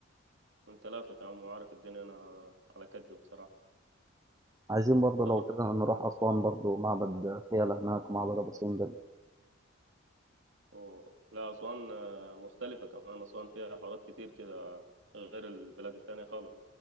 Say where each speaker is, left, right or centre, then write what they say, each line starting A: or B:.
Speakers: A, on the right (about 60°); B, on the right (about 15°).
A: انت لافف يا عم وعارف الدنيا انا على كد بصراحه
B: عايزين برضه
A: طب
B: لو كده نروح أسوان برضه معبد فيلة هناك ومعبد أبو سمبل
A: أوه. لا اسوان آه، مختلفه كمان اسوان فيها حوارات كتير كده غير البلاد التانية خالص